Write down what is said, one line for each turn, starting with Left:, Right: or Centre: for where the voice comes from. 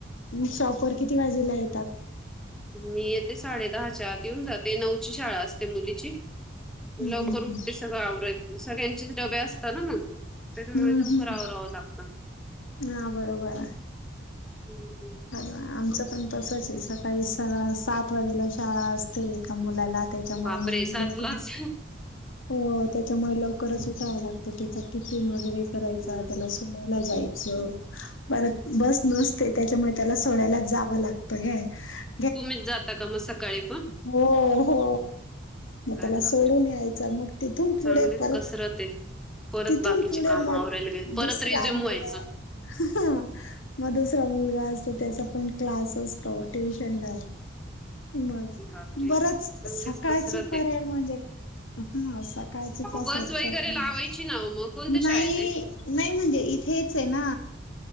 Left: शॉपवर किती वाजेला येतात
Centre: मी येते साडे दहाच्या आत येऊन जाते नऊची शाळा असते मुलीची
Left: हम्म
Centre: लवकर
Left: हम्म
Centre: उठते सगळं आवरय सगळ्यांचेच डबे असतात ना मग त्याच्यामुळे
Left: हम्म
Centre: लवकर
Left: हम्म
Centre: आवरायला लागत
Left: हा बरोबर आहे
Centre: हम्म.
Left: आमचं पण तसच आहे सकाळी सात वाजेला शाळा असते एका मुलाला त्याच्यामुळे
Centre: बापरे
Left: मग म
Centre: सातलाच.
Left: लवकर हो त्याच्यामुळे लवकरच उठावं लागतं त्याच टिफीन वगैरे करायचा
Centre: हम्म
Left: त्याला समवला जायच परत बस नसते त्याच्यामुळे त्याला सोडायला जावं लागतं ग
Centre: तुम्हीच जाता का मग सकाळी पण
Left: हो हो मग त्याला
Centre: अरे बापरे
Left: सोडून यायचं मग तिथून
Centre: चांगलीच
Left: पुढे परत
Centre: कसरत आहे परत
Left: तिथून
Centre: बाकीची
Left: पुढे
Centre: काम
Left: मग
Centre: आवरायला गेल परत
Left: दुसरा
Centre: रिझ्युम
Left: आं
Centre: व्हायचं
Left: मग दुसरा मुलगा असतो त्याचा पण क्लास असतो ट्युशन ला म
Centre: बापरे
Left: बरच
Centre: चांगलीच
Left: सकाळची
Centre: कसरत
Left: परेड
Centre: आहे
Left: म्हणजे हा सकाळच त्या सर
Centre: बस वगैरे
Left: नाही
Centre: लावायची ना हो मग कोणत्या
Left: नाही
Centre: शाळेत आहे
Left: नाही म्हणजे इथेच आहे ना